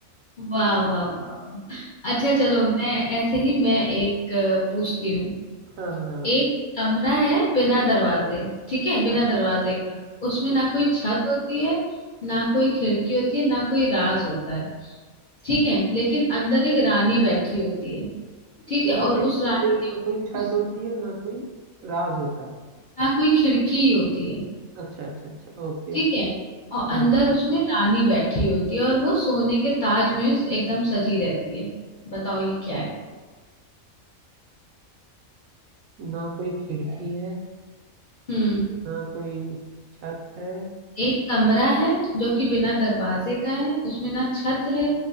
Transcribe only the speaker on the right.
हाँ हाँ हाँ,
अच्छा
ओके
एक
बार फिर
से बोलिए,
ना
कोई छत
होती है ना कोई राज होता है
अच्छा अच्छा अच्छा ओके
हाँ
ना कोई खिड़की है
ना कोई छत है